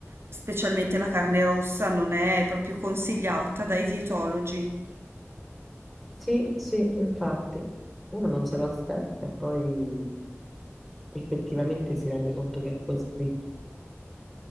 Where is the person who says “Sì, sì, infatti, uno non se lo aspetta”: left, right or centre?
Centre